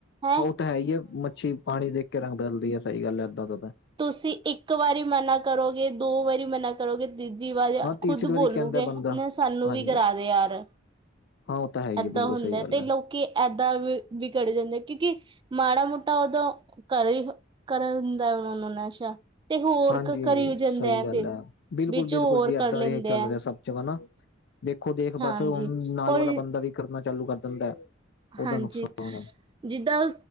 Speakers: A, on the right; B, on the left.
A: ਹੈ।
B: ਓ ਤਾਂ ਹੈ ਹੀ ਹੈ ਮੱਛੀ, ਪਾਣੀ ਦੇਖ ਕੇ ਰੰਗ ਬਦਲਦੀ ਹੈ ਸਹੀ ਗੱਲ ਇਦਾਂ ਤਾਂ
A: ਤੁਸੀਂ ਇੱਕ ਵਾਰੀ ਮਨਾ ਕਰੋਗੇ ਦੋ ਵਾਰੀ ਮਨਾ ਕਰੋਗੇ, ਤੀਜੀ ਵਾਰੀ
B: ਹਾਂ ਤੀਸਰੀ
A: ਖੁੱਦ
B: ਵਾਰੀ
A: ਬੋਲੂਗੇ
B: ਕਹਿੰਦਾ ਬੰਦਾ
A: ਸਾਨੂੰ
B: ਹਾਂਜੀ
A: ਵੀ ਕਰਾ ਦੇ ਯਾਰ,
B: ਹਾਂ ਉਹ ਤਾਂ ਹੈ ਹੀ
A: ਏਦਾਂ
B: ਹੈ ਬਿਲਕੁਲ
A: ਹੁੰਦਾ
B: ਸਹੀ ਗੱਲ
A: ਤੇ
B: ਹੈ
A: ਲੋਕੀ, ਏਦਾਂ ਵੀ ਵਿਗੜ ਜਾਂਦੇ ਕਿਉਂਕਿ ਮਾੜਾ ਮੋਟਾ ਉਦੋਂ, ਕਰੀਬ ਕਰਨ ਦਾ ਉਹਨਾਂ ਨੂੰ ਨਸ਼ਾ, ਤੇ ਹੋਰ
B: ਹਾਂਜੀ
A: ਕਰੀ ਜਾਂਦਾ
B: ਸਹੀ ਗੱਲ
A: ਫਿਰ
B: ਹੈ ਬਿਲਕੁਲ
A: ਵਿੱਚ
B: ਬਿਲਕੁਲ
A: ਹੋਰ
B: ਜੀ
A: ਕਰ
B: ਏਦਾਂ
A: ਲੈਂਦੇ
B: ਚੱਲ
A: ਹੈ
B: ਰਿਹਾ ਸਭ ਜਗ੍ਹਾ ਨਾ, ਦੇਖੋ ਦੇਖ
A: ਹਾਂਜੀ
B: ਬਸ ਹੁਣ ਨਾਲ
A: ਔਰ
B: ਵਾਲਾ ਬੰਦਾ ਵੀ ਕਰਨਾ ਚਾਲੂ ਕਰ ਦਿੰਦਾ ਉਹਦਾ
A: ਹਾਂਜੀ
B: ਨੁਕਸਾਨ ਹੈ
A: ਜਿੱਦਾਂ,